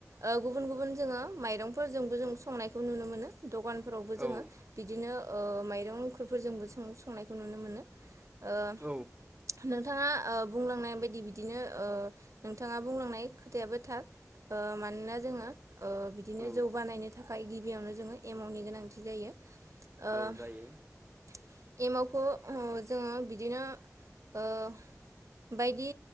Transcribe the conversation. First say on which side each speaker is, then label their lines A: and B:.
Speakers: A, on the right; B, on the right.
A: ओ गुबुन गुबुन जोङो माइरंफोरजोंबो जों संनायखौ नुनो मोनो। दखानफोरावबो
B: औ
A: जोङो बिदिनो ओ माइरं ओंखुरफोरजोंबो सं‌ संनायखौ नुनो मोनो। ओ
B: औ
A: नोंथाङा ओ बुंलांनाय बायदि ओ बिदिनो नोंथाङा बुंलांनाय खोथायाबो थार। ओ मानोना जोङो ओ बिदिनो
B: औ
A: जौ बानायनो थाखाय गिबियावनो जोङो एमावनि गोनांथि जायो।
B: औ
A: ओ
B: जायो
A: एमावखौ ओ जोङो बिदिनो ओ बायदि